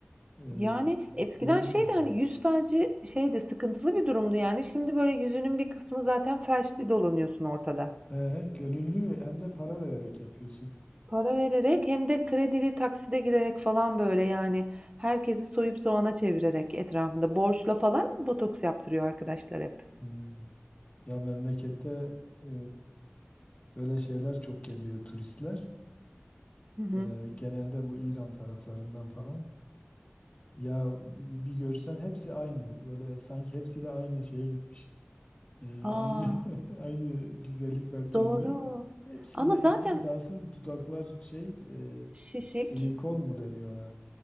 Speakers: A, on the left; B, on the right.
A: e,
B: Yani eskiden
A: diyebiliriz.
B: şeydi hani
A: yani.
B: yüz felci şeydi sıkıntılı bir durumdu yani. Şimdi böyle yüzünün bir kısmı zaten felçli dolanıyorsun ortada.
A: He, gönüllü ve hem de para vererek yapıyorsun.
B: Para vererek hem de kredili takside girerek falan böyle yani herkesi soyup soğana çevirerek etrafında borçla falan botoks yaptırıyor arkadaşlar hep.
A: Hmm. Ya memlekette e, böyle şeyler çok geliyor turistler.
B: Hı hı.
A: E, genelde bu İran taraflarından falan. Ya bir görsen hepsi aynı. Böyle sanki hepsi de aynı şeye gitmiş. Ee,
B: Aa,
A: aynı <laughs> aynı güzellik merkezine.
B: doğru.
A: Hepsinde
B: Ama zaten
A: istisnasız dudaklar şey e,
B: şişik.
A: silikon mu deniyor ona?